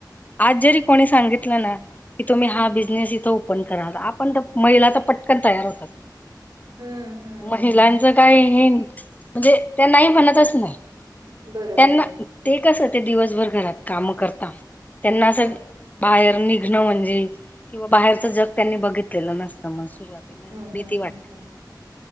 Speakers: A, on the left (about 20°); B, on the right (about 65°).
A: आज जरी कोणी सांगितलं ना की तुम्ही हा बिझनेस तिथं ओपन करा. पण महिलाच पटकन तयार होतात.
B: हम्म हम्म
A: महिलांचं काय म्हणजे त्यां नाही म्हणतच नाही.
B: बरोबर
A: त्यांना ते कस ते दिवसभर घरात काम करता त्यांना असं
B: हा
A: बाहेर निघण म्हणजे किंवा बाहेरच जग त्यांनी बघितलेलं नसत. सुरुवातीला आहे
B: हम्म
A: ना भीती
B: हम्म
A: वाटते.
B: हम्म हम्म